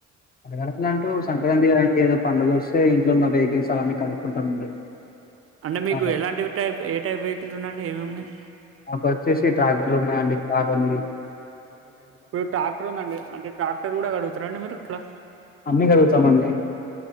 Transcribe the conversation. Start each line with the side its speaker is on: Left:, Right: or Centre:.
Left: అట్లా అడగాలంటే ఓ సంక్రాంతి కదండీ ఏదో ఒకటి పండుగ వస్తే ఇంట్లో ఉన్న వెహికల్స్ అవన్నీ కడుక్కుంటామండి
Right: అంటే మీకు
Left: చాలా
Right: ఎలాంటి టైప్ ఏ టైప్ వెహికల్స్ ఉన్నాయండి ఏమేమి ఉన్నాయి
Left: నాకు వచ్చేసి ట్రాక్టర్లు ఉన్నాయండి కారు ఉంది
Right: ఇప్పుడు ట్రాక్టర్ ఉందండి అంటే ట్రాక్టర్ కూడా కడుగుతారండి మీరు అట్లా
Left: అన్నీ కడుగుతామండి.